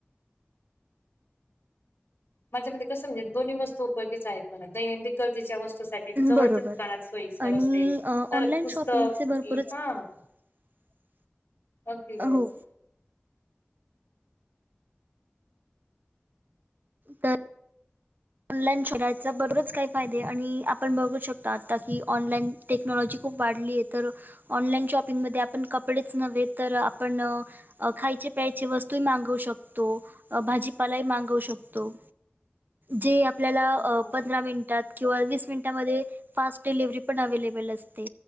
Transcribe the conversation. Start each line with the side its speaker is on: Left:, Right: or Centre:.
Left: माझ्या मते कसं म्हणजे दोन्ही वस्तू उपयोगीच आहेत, म्हणा दैनंदिक गरजेच्या वस्तूसाठी
Right: बरोबर
Left: जवळचे दुकानात सोईसकर
Right: आणि
Left: असते,
Right: ऑनलाइन
Left: तर पुस्तक
Right: शॉपिंगचे भरपूरच
Left: इ हा
Right: <unintelligible>
Left: अगदी बरोबर
Right: हो तर ऑनलाईन शहराचा बररच काही फायदे आणि आपण बघू शकता आता की ऑनलाइन टेक्नॉलॉजी खूप वाढलीय तर ऑनलाईन शॉपिंगमध्ये आपण कपडेच नव्हे तर आपण अ- खायचे प्यायची वस्तू मागवू शकतो, भाजीपाला मागवू शकतो. जे आपल्याला
Left: हो
Right: पंधरा मिनिटात किंवा वीस मिनिटामध्ये फास्ट डिलिवर्हरी पण अवे्लेबल असते